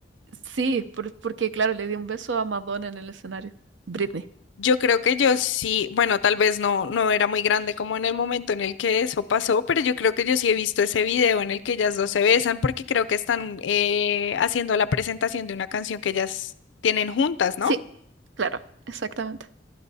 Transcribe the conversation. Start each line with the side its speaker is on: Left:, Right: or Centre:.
Right: Sí, por- porque claro, le di un beso a Madonna en el escenario. Britney.
Left: Yo creo que yo sí, bueno, tal vez no, no era muy grande como en el momento en el que eso pasó, pero yo creo que yo sí he visto ese video en el que ellas dos se besan porque creo que están eh, haciendo la presentación de una canción que ellas tienen juntas, ¿no?
Right: Sí, claro, exactamente.